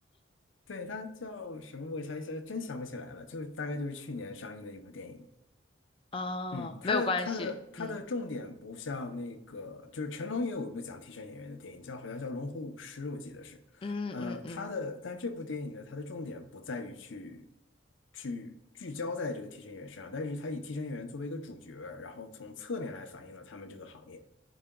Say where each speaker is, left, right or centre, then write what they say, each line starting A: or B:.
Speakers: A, on the left (about 80°); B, on the left (about 25°).
A: 对，它叫什么？我一下一下真想不起来了，就大概就是去年上映的一部电影。
B: <laughs> 啊，
A: 嗯，它的它的它的重点不像那个，
B: 没有关系，嗯
A: 就是成龙也有一部讲替身演员的电影，叫好像叫《龙虎舞狮》，我记得是。
B: 嗯嗯嗯，
A: 呃，它的但这部电影呢，它的重点不在于去去聚焦在这个替身演员身上，但是它以替身演员作为一个主角，然后从侧面来反映了他们这个行业。